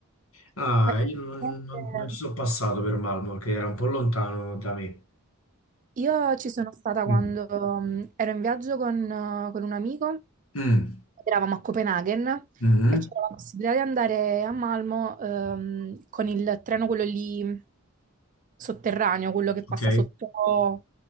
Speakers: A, on the left; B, on the right.
A: Ah,
B: Eh,
A: io non,
B: presente-
A: non- non ci sono passato per Malmo perché era un po' lontano da me.
B: Io ci sono stata
A: Mm.
B: quando mm, ero in viaggio con, eh, con un amico,
A: Mm.
B: eravamo a Copenaghen
A: Mhm.
B: e c'era la possibilità di andare a Malmo ehm, con il treno, quello lì mhmm, sotterraneo, quello che passa
A: Ok.
B: sotto,